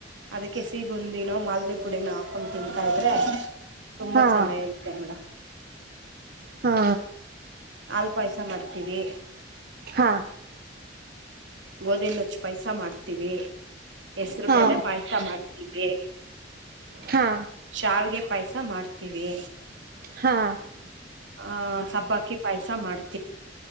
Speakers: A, on the right (about 90°); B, on the right (about 55°).
A: ಅದಕ್ಕೆ ಸಿ ಬುಂದಿನೋ ಮಾಲ್ದ ಪುಡಿನೋ ಹಾಕೊಂಡು ತಿಂತಾ ಇದ್ರೆ ತುಂಬಾ
B: ಹಾ ಹಾ
A: ಚೆನ್ನಾಗಿರುತ್ತೆ ಮೇಡಮ್
B: ಹಾ
A: ಅಲ್ ಪಾಯಸ ಮಾಡ್ತೀವಿ
B: ಹಾ
A: ಗೋದಿಿಂದಚ್ಚ ಪೈಸ ಮಾಡ್ತೀವಿ ಹೆಸರು
B: ಹಾ
A: ಬೇಳೆ ಪಾಯಸ ಮಾಡ್ತೀವಿ
B: ಹಾ
A: ಶಾವಿಗೆ ಪಾಯಸ ಸ ಮಾಡ್ತೀವಿ
B: ಹಾ
A: ಆ ಸಬ್ಬಕ್ಕಿ ಪಾಯಸ ಮಾಡ್ತ